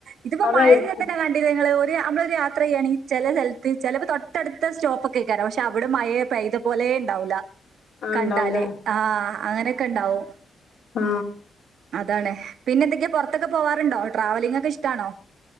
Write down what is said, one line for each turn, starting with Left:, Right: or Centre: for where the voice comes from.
Right: ഇതിപ്പോ
Left: അതായിരിക്കും
Right: മഴ നി കണ്ടി നിങ്ങള് <unintelligible> യാത്ര ചെയ്യുകയാണെങ്കി ചെല സ്ഥൽത്ത് ചെലപ്പോ തൊട്ടടുത്ത സ്റ്റോപ്പോക്കെക്കാരം പക്ഷെ അവിടെ മഴയ പെയ്ത പോലെ ണ്ടാവൂല്ല
Left: ആഹ്
Right: കണ്ടാല്
Left: ഇണ്ടാവൂല
Right: ആ അങ്ങനെക്കെ ണ്ടാവും
Left: ആ
Right: അതാണ് പിന്നെന്തെക്കെ പൊർത്തൊക്കെ പോവാറുണ്ടോ ട്രാവലിംഗ് ഒക്കെ ഇഷ്ടാണോ